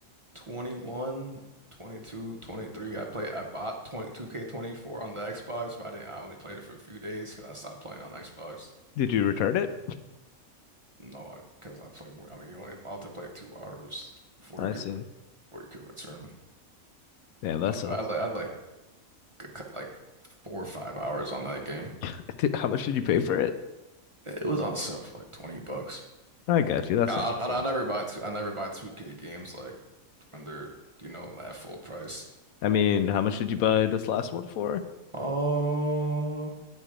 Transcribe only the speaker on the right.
21, 22, 23. I played I bought 22 k 24 on the Xbox, but I didn't, I only played it for a few days 'cause I stopped playing on Xbox.
No, because I, 'cause I played more. I mean, you only about to play two hours before
you could
before you could return.
But,
but I li- I like like like four or five hours on that game.
It was on sale for like 20 bucks.
I,
I I
never buy two, I never buy 2K games like when they're you know at full price.
Oh,